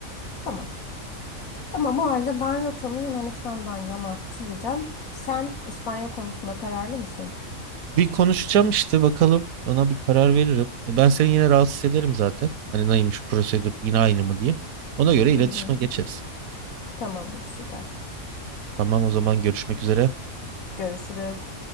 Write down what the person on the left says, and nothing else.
tamam. Tamam o halde ben rotamı Yunanistan'dan yana çizeceğim. Sen İspanya konusunda kararlı mısın?
Hı hı,
tamamdır süper.
Görüşürüz.